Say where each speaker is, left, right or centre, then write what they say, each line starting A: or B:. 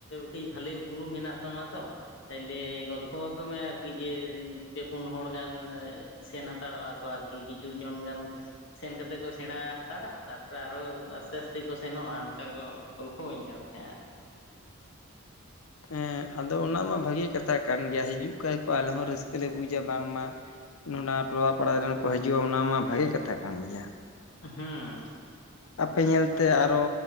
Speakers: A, on the left (about 60°); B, on the left (about 85°).
A: ᱠᱟᱹᱡᱽ ᱵᱷᱟᱞᱮ ᱩᱯᱨᱩᱢ ᱢᱮᱱᱟᱜ ᱛᱟᱢᱟ ᱛᱚ᱾ ᱛᱟᱦ ᱞᱮ ᱜᱚᱞᱯᱚ ᱟᱠᱚ ᱢᱮᱸ ᱟᱨ ᱠᱤ ᱡᱮ, ᱯᱮ ᱯᱩᱱ ᱦᱚᱲ ᱜᱟᱱ ᱥᱮᱱ ᱦᱟᱛᱟᱲᱚᱜᱼᱟ ᱠᱚ ᱟᱨᱠᱤ ᱠᱤᱪᱷᱩ ᱡᱚᱱ ᱜᱟᱱ᱾ ᱥᱮᱱ ᱠᱟᱛᱮ ᱠᱚ ᱥᱮᱬᱟ ᱦᱟᱛᱟᱲᱟ᱾ ᱛᱟᱨᱯᱚᱨᱮ, ᱟᱨᱚ ᱟᱥᱛᱮ ᱟᱥᱛᱮ ᱠᱚ ᱥᱮᱱᱚᱜᱼᱟ ᱚᱱᱠᱟ ᱜᱚᱞ ᱦᱳᱭᱧ ᱠᱟᱱ ᱛᱟᱦᱮᱸᱼᱟ
B: ᱦᱮᱸ ᱟᱫᱚ ᱚᱱᱟ ᱢᱟ ᱵᱷᱟᱜᱮ ᱠᱟᱛᱷᱟ ᱠᱟᱱ ᱜᱮᱭᱟ ᱦᱤᱡᱩᱜ ᱠᱷᱟᱡ ᱠᱚ ᱟᱞᱮ ᱦᱚᱸ ᱨᱟᱹᱥᱠᱟᱹ ᱞᱮ ᱵᱩᱡᱟ ᱵᱟᱝᱢᱟ᱾ ᱚᱱᱚ ᱴᱚᱞᱟ ᱯᱟᱲᱟ ᱨᱮᱱ ᱠᱚ ᱦᱤᱡᱩᱜᱼᱟ ᱚᱱᱟ ᱢᱟ ᱵᱷᱟᱜᱮ ᱠᱟᱛᱷᱟ ᱠᱟᱱ ᱜᱮᱭᱟ᱾
A: ᱦᱩᱸ,
B: ᱟᱯᱮ ᱧᱮᱞ ᱛᱮ ᱟᱨᱚ᱾